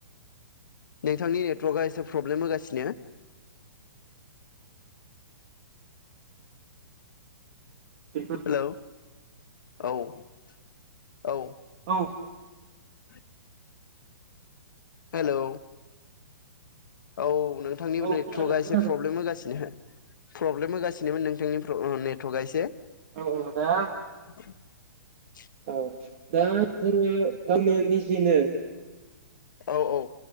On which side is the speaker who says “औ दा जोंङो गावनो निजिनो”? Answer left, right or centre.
Right